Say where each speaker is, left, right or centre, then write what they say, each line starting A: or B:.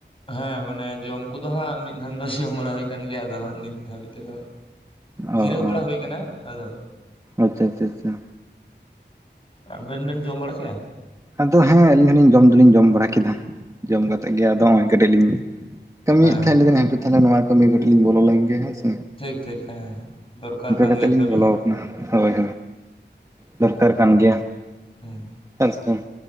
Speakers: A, on the left (about 30°); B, on the right (about 15°).
A: ᱦᱮᱸ ᱢᱟᱱᱮ ᱡᱚᱢ ᱠᱚᱫᱚ ᱦᱟᱸᱜ ᱢᱤᱫ ᱫᱷᱟᱱ ᱫᱚ ᱡᱚᱢ ᱵᱟᱲᱟ ᱦᱩᱭ ᱠᱟᱱ ᱜᱮᱭᱟ ᱟᱫᱚ ᱦᱟᱸᱜ ᱱᱤᱛ ᱫᱷᱟᱹᱵᱤᱡ ᱛᱮᱫᱚ
B: ᱚ
A: ᱡᱤᱨᱟᱹᱣ ᱵᱟᱲᱟ
B: ᱚ
A: ᱦᱩᱭ ᱠᱟᱱᱟ ᱟᱫᱚ
B: ᱟᱪᱪᱷᱟ ᱟᱪᱪᱷᱟ ᱟᱪᱪᱷᱟ
A: ᱟᱵᱮᱱ ᱵᱮᱱ ᱡᱚᱢ ᱵᱟᱲᱟ ᱠᱮᱼᱟ?
B: ᱟᱫᱚ ᱦᱮᱸ ᱟᱹᱞᱤᱧ ᱦᱚᱸᱞᱤᱧ ᱡᱚᱢ ᱫᱚᱞᱤᱧ ᱡᱚᱢ ᱵᱟᱲᱟ ᱠᱮᱫᱟ ᱡᱚᱢ ᱠᱟᱛᱮᱮᱫ ᱜᱮ ᱟᱫᱚ ᱱᱚᱜᱼᱚᱭ ᱠᱟᱹᱴᱤᱡ ᱞᱤᱧ ᱠᱟᱹᱢᱤᱭᱮᱫ
A: ᱦᱮᱸ
B: ᱛᱟᱦᱮᱸᱫ ᱱᱚᱣᱟ ᱠᱟᱹᱢᱤ ᱠᱟᱹᱴ ᱞᱤᱧ ᱵᱚᱞᱚ ᱞᱮᱱ ᱜᱮ ᱦᱮᱸᱥᱮ᱾
A: ᱴᱷᱤᱠ ᱴᱷᱤᱠ ᱦᱮᱸ ᱫᱚᱨᱠᱟᱨ ᱠᱟᱱ
B: ᱠᱟᱛᱮᱫ
A: ᱜᱮᱭᱟ
B: ᱞᱤᱧ
A: ᱠᱟᱹᱢᱤ
B: ᱵᱚᱞᱚ
A: ᱦᱚᱸ᱾
B: ᱦᱳᱭ ᱦᱳᱭ ᱫᱚᱨᱠᱟᱨ ᱠᱟᱱ ᱜᱮᱭᱟ
A: ᱦᱮᱸ
B: ᱟᱡ ᱠᱢ᱾